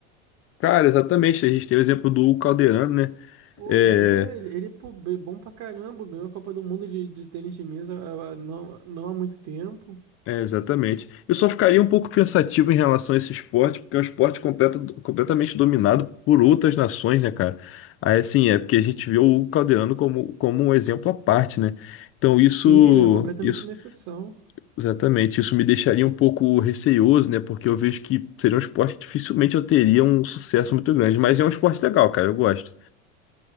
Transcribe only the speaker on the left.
Cara, exatamente, a gente tem o exemplo do Hugo Calderano, né?
É,
É, exatamente. Eu só ficaria um pouco pensativo em relação a esse esporte, porque é um esporte completa- completamente dominado por outras nações, né, cara? Aí, assim, é porque a gente vê o Hugo Calderano como, como um exemplo à parte, né? Então, isso,
isso,
exatamente, isso me deixaria um pouco receioso, né? Porque eu vejo que seria um esporte que dificilmente eu teria um sucesso muito grande, mas é um esporte legal, cara, eu gosto.